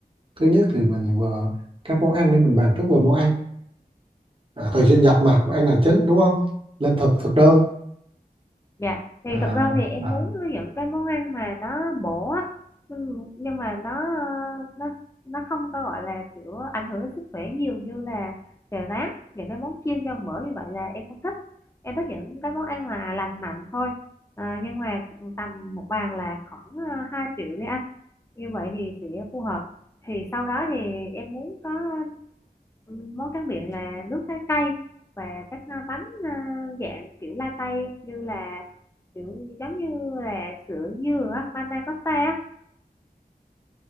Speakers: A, on the right; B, on the left.
A: thứ nhất thì mình vừa các món ăn để mình bàn trước về món ăn à, thời sinh nhật mà món ăn là chính đúng không lên thực thực đơn
B: dạ thì
A: à,
B: thực ra thì em
A: à.
B: muốn những cái món ăn mà nó bổ á nhưng nhưng mà nó ờ, nó nó không có gọi là kiểu ảnh hưởng đến sức khỏe nhiều như là chè rán những cái món chiên dầu mỡ như vậy là em không thích em thích những cái món ăn là lành mạnh thôi Ờ, nhưng mà tầm một bàn là khoảng ờ, 2 triệu đi anh như vậy thì sẽ phù hợp thì sau đó thì em muốn có ừ, món tráng miệng là nước trái cây và các à, bánh à, dạng kiểu latte như là kiểu giống như là sữa dừa á, panna cotta á